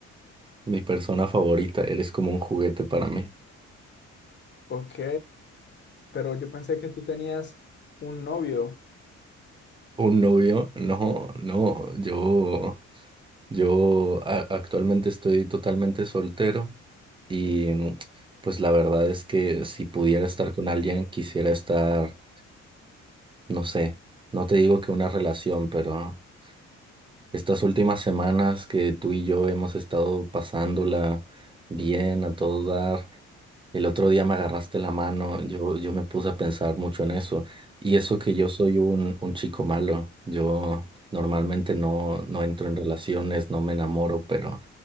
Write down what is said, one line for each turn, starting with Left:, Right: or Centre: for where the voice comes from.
Right: mi persona favorita, eres como un juguete para mí.
Left: Ok, pero yo pensé que tú tenías un novio.
Right: ¿Un novio? No, no, yo, yo a- actualmente estoy totalmente soltero y mm, pues la verdad es que si pudiera estar con alguien, quisiera estar, no sé, no te digo que una relación, pero... estas últimas semanas que tú y yo hemos estado pasándola bien a todo dar. El otro día me agarraste la mano, yo, yo me puse a pensar mucho en eso. Y eso que yo soy un, un chico malo, yo normalmente no, no entro en relaciones, no me enamoro, pero